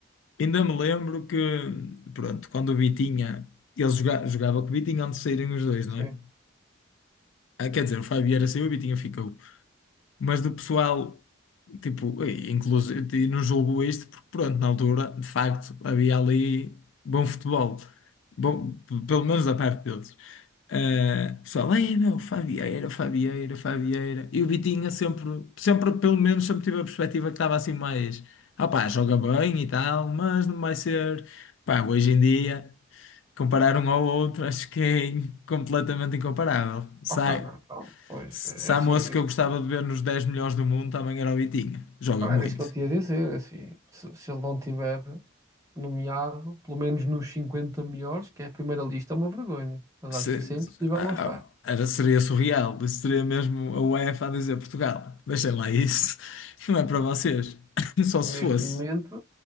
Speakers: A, on the left; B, on the right.
A: ainda me lembro que, pronto, quando o Vitinha, ele joga, jogava com o Vitinha antes de saírem os dois, não
B: Sim.
A: é? Ah, quer dizer, o Fábio era saiu, e o Vitinha ficou. Mas do pessoal. Tipo, inclusive, não julgo isto porque, pronto, na altura, de facto, havia ali bom futebol. Bom, p- pelo menos da parte deles. Ah, pessoal, ai meu, Fabieira, Fabieira, Fabieira. E o Vitinha sempre, sempre, pelo menos, sempre tive a perspectiva que estava assim mais, ah pá, joga bem e tal, mas não vai ser. Pá, hoje em dia, comparar um ao outro, acho que é in- completamente incomparável. Sai.
B: Opa, não, então, pois,
A: Se,
B: é
A: se
B: assim,
A: há moço
B: eu-
A: que eu gostava de ver nos 10 melhores do mundo, também era o Vitinha. Joga
B: era
A: muito.
B: isso que eu tinha a dizer, é assim, se, se ele não tiver nomeado, pelo menos nos 50 melhores, que é a primeira lista, é uma vergonha. Mas
A: se-
B: acho que isso é impossível
A: ah,
B: não estar.
A: ah, era, seria surreal. Isso seria mesmo a UEFA a dizer Portugal. Deixem lá isso. <laughs> Não é para vocês. <laughs> Só se
B: Neste
A: fosse.
B: momento,